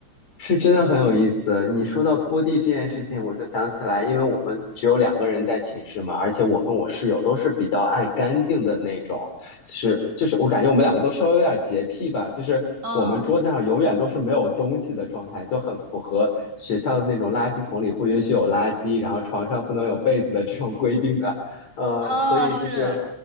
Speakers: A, on the left; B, on the right.
A: 是真的很有意思。你说到拖地这件事情，我就想起来，因为我们只有两个人在寝室嘛，而且我跟我室友都是比较爱干净的那种，就是就是我感觉我们两个都稍微有点洁癖吧，就是我们桌子上永远都是没有东西的状态，
B: 嗯，
A: 就很符合学校的那种垃圾桶里不允许有垃圾，然后床上不能有被子的这种规定的。呃，
B: 哦，
A: 所以就是。
B: 是。